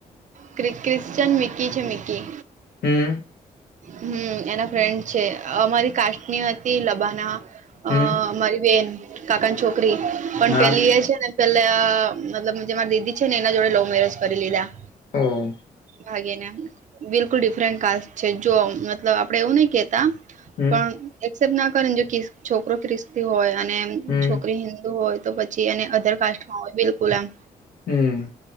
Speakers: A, on the right; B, on the left.
A: ક્રિ ક્રિશ્ચયન મિકી છે મિકી.
B: હમ.
A: હમ એના ફ્રેન્ડ છે અમારી કાસ્ટની હતી લબાના. અ
B: હમ
A: મારી બેન કાકાની છોકરી પણ
B: હા
A: પેલી એ છે ને પેલા મતલબ જે મારી દીદી છે ને એના જોડે લવ મેરેજ કરી લીધા.
B: ઓવ
A: ભાગીને બિલકુલ ડિફરન્ટ કાસ્ટ છે જો મતલબ આપડે એવું નહી કેતા
B: હમ
A: પણ એક્સેપ્ટ ના કરે ને જો કિસ છોકરો ક્રિસ્તી હોય અને એમ
B: હમ
A: છોકરી હિન્દુ હોય તો પછી એને અધર કાસ્ટમાં હોય બિલકુલ આમ.
B: હમ્મ.